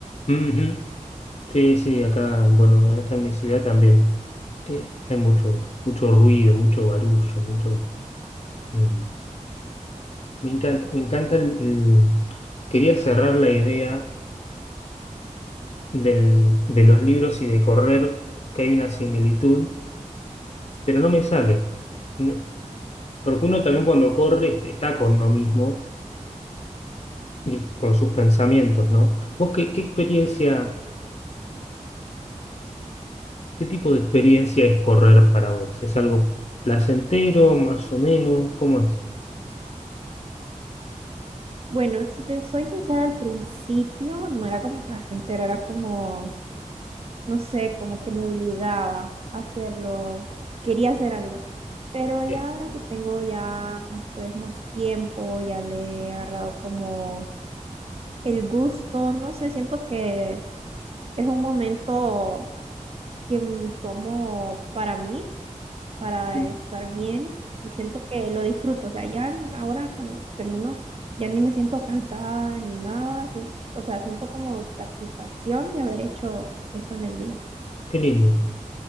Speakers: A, on the left (about 50°); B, on the right (about 50°).
A: Ujú. Sí, sí, acá, bueno, acá en mi ciudad también eh, hay mucho, mucho ruido, mucho barullo, mucho. eh, me encanta, me encanta el, el- Quería cerrar la idea del- de los libros y de correr, que hay una similitud, pero no me sale. No- porque uno también cuando corre est- está con uno mismo y con sus pensamientos, ¿no? ¿Vos qué, qué experiencia, ¿Qué tipo de experiencia es correr para vos? ¿Es algo placentero, más o menos? ¿Cómo es?
B: Bueno, si te soy sincera, al principio no era como placentero, era como no sé, como que me obligaba a hacerlo, quería hacer algo. Pero ya
A: Eh,
B: ahora que tengo ya pues más tiempo, ya le he agarrado como el gusto, no sé, siento que es un momento que m- tomo para mí, para
A: Sí.
B: estar bien y siento que lo disfruto. O sea, ya n- ahora cuando termino, ya ni me siento cansada ni nada, sien- o sea, siento como satisfacción de haber hecho eso en el día.
A: Qué lindo.